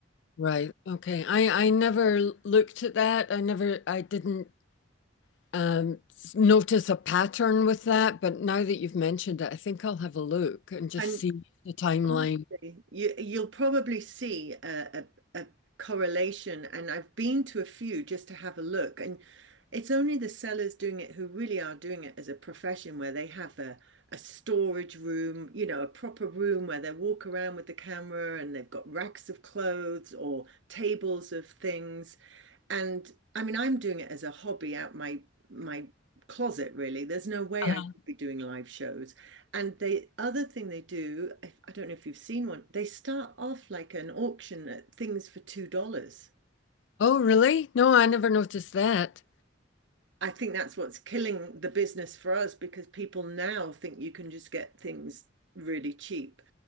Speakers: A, on the left (about 70°); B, on the right (about 75°).
A: Right. Okay. I I never l- looked at that. I never I didn't um s- notice a pattern with that, but now that you've mentioned it, I think I'll have a look and just
B: And
A: see the timeline.
B: Honestly, you you'll probably see a, a a correlation, and I've been to a few just to have a look, and it's only the sellers doing it who really are doing it as a profession, where they have a a storage room, you know, a proper room where they walk around with the camera and they've got racks of clothes or tables of things. And I mean, I'm doing it as a hobby out my my closet, really. There's no way
A: Uh-huh.
B: I could be doing live shows. And the other thing they do, I don't know if you've seen one, they start off like an auction at things for $2.
A: Oh, really? No, I never noticed that.
B: I think that's what's killing the business for us because people now think you can just get things really cheap.